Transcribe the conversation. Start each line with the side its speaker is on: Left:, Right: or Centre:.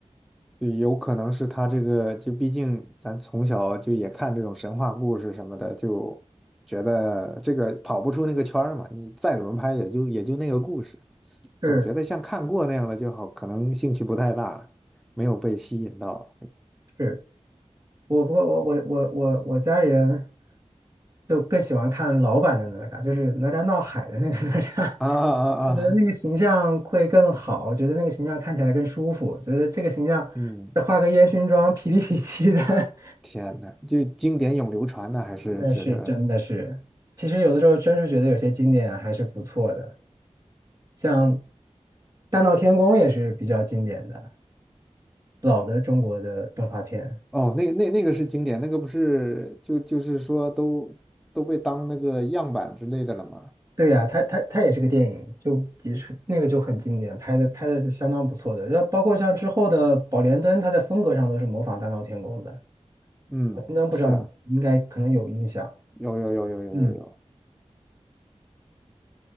Centre: 对有可能是他这个，就毕竟咱从小就也看这种神话故事什么的，就觉得这个跑不出那个圈儿嘛，你再怎么拍也就也就那个故事。
Right: 是
Centre: 总觉得像看过那样的就好，可能兴趣不太大，没有被吸引到。
Right: 是。我不过我我我我我家里人就更喜欢看老版的哪吒，就是哪吒闹海的那个 <laughs> 哪吒，
Centre: 啊啊啊！
Right: <laughs> 我觉得那个形象会更好，
Centre: 啊
Right: 觉得那个形象看起来更舒服，觉得这个形象再画个烟熏妆，
Centre: 嗯，
Right: 痞里痞气的，<laughs>
Centre: 天呐，就经典永流传的，还是觉得
Right: 那是真的是，其实有的时候真是觉得有些经典还是不错的，像《大闹天宫》也是比较经典的老的中国的动画片。
Centre: 哦，那个那那个是经典，那个不是就就是说都都被当那个样板之类的了吗？
Right: 对呀、它它它也是个电影，就即使那个就很经典，拍的拍的是相当不错的。然后包括像之后的《宝莲灯》，它在风格上都是模仿《大闹天宫》的。
Centre: 嗯，
Right: 《宝莲灯》不知道你应该可能有印象，
Centre: 是啊，有有有有有有有。
Right: 嗯，